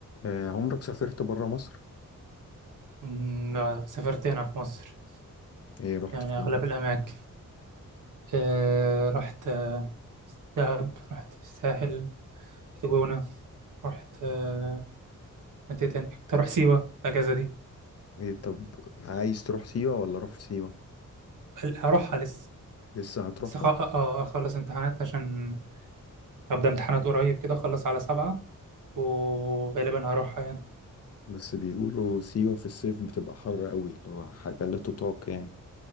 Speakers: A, on the left; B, on the right.
A: آه، عمرك سافرت برا مصر؟
B: مم، لا سافرت هنا في مصر
A: ايه رحت
B: يعني
A: فين؟
B: أغلب الأماكن آه، رحت آه، دهب رحت الساحل رحت جونة رحت آه، متى تاني كنت أروح سيوة الأجازة دي
A: ايه طب عايز تروح سيوة ولا رحت سيوة؟
B: هروحها لسه
A: لسه هتروحها
B: بس خ- آه، آه، آه، أخلص امتحانات عشان أبدأ امتحانات قريب كده أخلص على سبعة وغالبا هروحها يعني
A: بس بيقولوا سيوة في الصيف بتبقى حر قوي اللي هو حاجة لا تطاق يعني